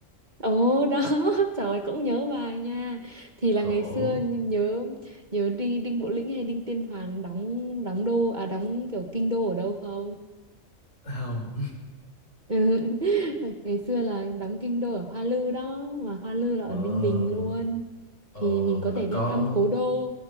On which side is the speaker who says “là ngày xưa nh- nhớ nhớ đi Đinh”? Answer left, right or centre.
Right